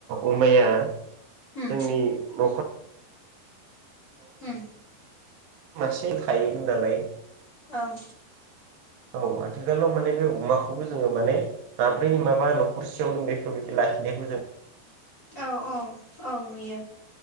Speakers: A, on the right (about 80°); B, on the left (about 25°).
A: अमाया
B: उम
A: जोंनि न'खराव
B: हु।
A: मासे थायोमोन नालाय
B: ओं।
A: औ आथिखालाव माने बे अमाखौबो जोङो माने माब्रै माबा न'खरसेयावनो बेफोरबायदि लायो। द <unintelligible> जों
B: औ -औ -औ नुयो।